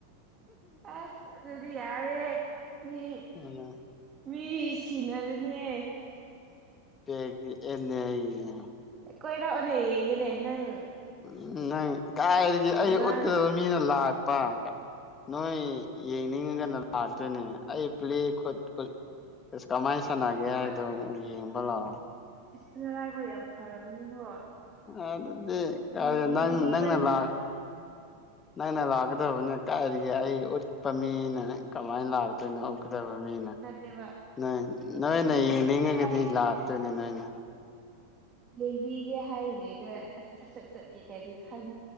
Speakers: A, on the right; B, on the left.
A: ꯑ ꯑꯗꯨꯗꯤ ꯌꯥꯔꯦ ꯃꯤ
B: ꯎꯝ
A: ꯃꯤ ꯁꯤꯅꯔꯅꯤꯌꯦ
B: ꯀ ꯑꯦꯟꯅ <unintelligible>
A: ꯀꯣꯏꯔꯛꯑꯣꯅꯦ ꯑꯩꯒꯤꯅꯦ ꯅꯪ
B: ꯎꯝ ꯅꯪ ꯀꯥꯏꯔꯗꯤ ꯑꯩ
A: ꯉꯥꯡ
B: ꯎꯠꯀꯗꯕ ꯃꯤꯅ ꯂꯥꯛꯄ ꯅꯣꯏ ꯌꯦꯡꯅꯤꯡꯉꯒꯅ ꯂꯥꯛꯇꯣꯏꯅꯦ ꯑꯩ ꯄ꯭ꯂꯦ ꯈꯨꯠ ꯈꯨꯠ ꯀꯁ ꯀꯃꯥꯏꯅ ꯁꯥꯟꯅꯒꯦ
A: ꯅꯣꯏ
B: ꯍꯥꯏꯗꯣ ꯌꯦꯡꯕ ꯂꯥꯛꯑꯣ
A: ꯑꯅꯔꯥꯏꯕ ꯌꯥꯝ ꯐꯔꯕꯅꯤꯕꯣ
B: ꯑꯗꯨꯗꯤ ꯀ
A: ꯌꯦꯡꯕꯤꯕ
B: ꯅꯪ ꯅꯪꯅ
A: ꯅꯠꯇꯦ
B: ꯂꯥꯛ ꯅꯪ ꯅ ꯂꯥꯛꯀꯗꯕꯅꯦ ꯀꯥꯏꯔꯤꯒꯦ ꯑꯩ ꯎꯠꯄ ꯃꯤꯅ ꯀꯃꯥꯏꯅ ꯂꯥꯛ ꯅꯧ ꯀꯗꯕꯃꯤꯅ
A: ꯅꯠꯇꯦꯕ
B: ꯅꯣꯏ ꯅꯣꯏꯅ
A: ꯌꯦꯡꯕꯤꯒꯦ
B: ꯌꯦꯡꯅꯤꯡꯉꯒꯗꯤ
A: ꯍꯥꯏ
B: ꯂꯥꯛꯇꯣꯏꯅꯦ
A: ꯍꯥꯏꯕ
B: ꯅꯣꯏꯅ
A: ꯌꯦꯡꯕꯤꯒꯦ ꯍꯥꯏꯔꯤꯉꯩꯗ ꯑꯁ ꯁꯠ ꯁꯠ ꯆꯠꯀꯦ ꯀꯩꯗ ꯈꯟ